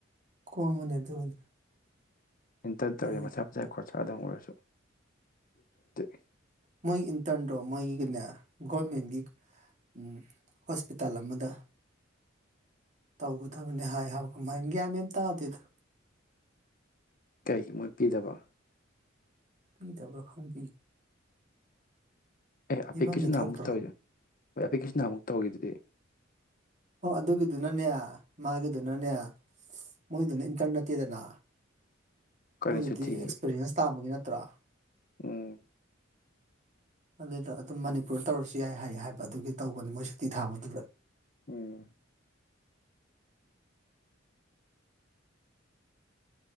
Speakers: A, on the right (about 40°); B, on the left (about 45°).
A: ꯀꯣꯝꯃꯅꯤ ꯑꯗꯨꯕꯨꯗꯤ
B: ꯑꯤꯟꯍ꯭ꯔꯟ ꯇꯧꯔꯦ
A: ꯎꯝ
B: ꯃꯁꯥ ꯃꯁꯥꯏ <unintelligible> <unintelligible>
A: ꯃꯣꯏ ꯑꯟꯇ꯭ꯔꯟꯗꯣ ꯃꯣꯏꯒꯤꯅꯦ ꯒꯣꯔꯃꯦꯟꯒꯤ ꯑꯨꯝ ꯍꯣꯏꯄꯤꯇꯥꯜ ꯑꯃꯗ ꯇꯧꯒꯗꯕꯅꯦ ꯍꯥꯏ ꯍꯥꯏꯕ꯭ꯥꯔ ꯀꯧꯅꯣꯝ ꯍꯥꯏ ꯒꯋ꯭ꯥꯟꯦ-ꯃꯦꯟ ꯇꯥꯗꯦꯗ
B: ꯀꯩꯒꯤ ꯃꯣꯏ ꯄꯤꯗꯕ
A: ꯄꯤꯗꯕ꯭ꯔ ꯈꯪꯗꯦ
B: ꯑꯦ
A: ꯄꯤꯕꯝꯗꯤ
B: ꯑꯄꯤꯛꯀꯤꯁꯨ ꯅꯍꯥꯟꯃꯨꯛ
A: ꯊꯣꯛꯇ꯭ꯔꯣ
B: ꯇꯧꯏꯗꯣ ꯈꯣꯏ ꯑꯄꯤꯛꯀꯤꯁꯨ ꯅꯍꯥꯟꯃꯨꯛ ꯇꯧꯏꯗꯨꯗꯤ
A: ꯑꯥ ꯑꯗꯨꯒꯤꯗꯨꯅꯥꯅꯦ ꯃꯒꯤꯗꯨꯅꯅꯦ ꯃꯣꯏꯒꯤꯗꯨꯅ ꯏꯟꯇꯔ꯭ꯟ ꯅꯠꯇꯦꯗꯅ
B: ꯀꯥꯂꯦꯟ
A: ꯃꯣꯏꯒꯤꯗꯤ
B: ꯁꯨꯇꯤꯒꯤ
A: ꯑꯦꯛꯁꯄꯤꯔꯦꯟꯁ ꯇꯥꯟꯕꯒꯤ ꯅꯠꯇ꯭ꯔ
B: ꯎꯝ
A: ꯃꯅꯤꯗ ꯑꯗꯨꯝ ꯃꯅꯤꯄꯨꯔꯗ ꯇꯧꯔꯁꯨ ꯌꯥꯏ ꯍꯥꯏꯕ ꯑꯗꯨꯒꯤ ꯇꯧꯕꯅꯦ ꯃꯣꯏ ꯁꯨꯇꯤ ꯊꯥꯕꯗꯨꯗ
B: ꯑꯨꯝ